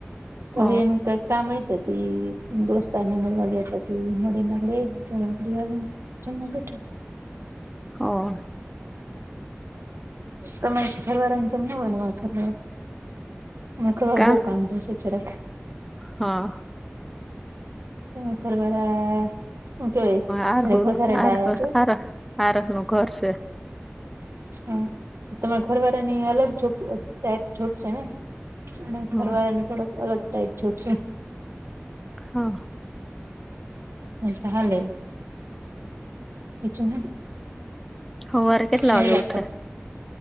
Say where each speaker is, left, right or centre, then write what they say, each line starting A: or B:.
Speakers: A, on the right; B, in the centre.
A: તોય
B: હ
A: હવે એનું. કઈક કામ હૈશે એ દોસ્તાર ને મળવા ગ્યાતા તે મળીને <inaudible> આવીને. જમવા બેઠા
B: હા.
A: તમારા ઘરવાળાની જેમ ના હોય અમાર ઘરવાળા. અમારા ઘર
B: કા
A: બહુ કામ પોચે છે જરાક
B: હા.
A: તમાર ઘરવાળા તો એ
B: આર
A: જરાક
B: હોર
A: વધારે ડાયા
B: આર
A: છે.
B: આર આરસ નું ઘર છે
A: હા તમારા ઘરવાળા ની અલગ જોબ ટાઈપ જોબ છે ને. અમાર
B: હમ
A: ઘરવાળાની થોડોક અલગ ટાઈપ જોબ છે
B: હા.
A: ઓમ તો હાલે બીજું હે ને.
B: સવારે કેટલા
A: હાયલા
B: વાગે ઉઠે
A: કરે